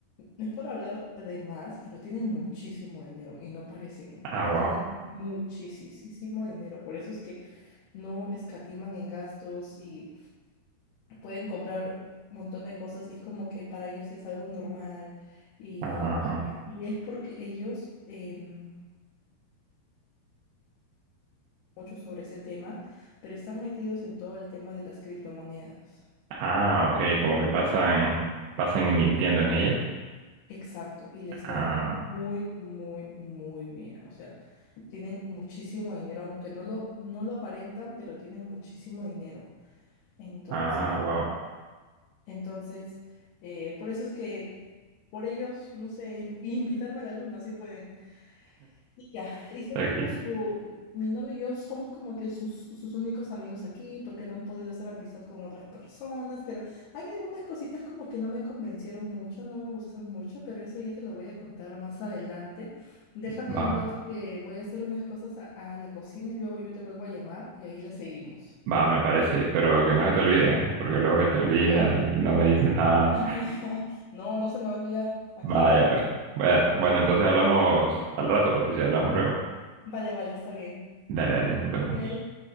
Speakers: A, on the left; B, on the right.
A: no es por hablar de más, pero tienen muchísimo dinero y no parecen.
B: Ah,
A: Y
B: wow.
A: tienen muchísimo dinero. Por eso es que no escatiman en gastos y pueden comprar un montón de cosas y es como que para ellos es algo normal. Y,
B: Ajá.
A: y, y es porque ellos, em, mucho sobre ese tema, pero están metidos en todo el tema de las criptomonedas.
B: Ah, ok. Como que pasan, pasan invirtiendo en ella.
A: Exacto, y les
B: Ah,
A: va muy, muy, muy bien. O sea, tienen muchísimo dinero, aunque no lo, no lo aparentan, pero tienen muchísimo dinero. Entonces,
B: ah, wow.
A: entonces, eh, por eso es que por ellos, no sé, in- invitarme a la luna, si pueden. Y ya, y soy
B: Okay.
A: como su, mi novio y yo somos como que sus, sus únicos amigos aquí porque no han podido hacer amistad con otras personas, pero hay algunas cositas como que no me convencieron mucho, no me gustaron mucho, pero eso ya te lo voy a contar más adelante. Déjame
B: Va,
A: un rato que voy a hacer unas cosas a, a la cocina y luego yo te vuelvo a llamar y ahí la seguimos.
B: va, me parece. Pero que no se te olvide, ¿eh? Porque luego se te olvida
A: No,
B: y no me dices nada.
A: <laughs> no, no se me va a olvidar, aquí
B: Vaya,
A: lo tengo.
B: pues. Bueno, bueno, entonces hablamos al rato, Patricia. Hablamos luego.
A: Vale, vale, está bien.
B: Dale, dale, nos vemos.
A: Bien.